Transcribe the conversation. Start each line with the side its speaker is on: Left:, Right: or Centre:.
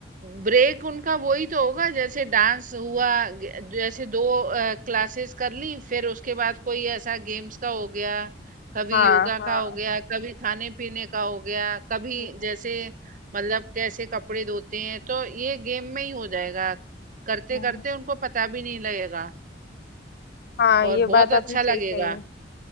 Right: ब्रेक उनका वही तो होगा जैसे डांस हुआ ग- जैसे दो क्लासेस कर ली फिर उसके बाद कोई ऐसा गेम्स का हो गया कभी
Left: हाँ
Right: योगा
Left: हाँ
Right: का हो गया कभी खाने पीने का हो गया कभी
Left: हम्म,
Right: जैसे मतलब कैसे कपड़े धोते हैं तो ये गेम में ही हो जाएगा करते
Left: हम्म,
Right: करते उनको पता भी नहीं लगेगा
Left: हाँ
Right: और
Left: ये
Right: बहुत
Left: बात
Right: अच्छा
Left: आपने सही
Right: लगेगा
Left: कही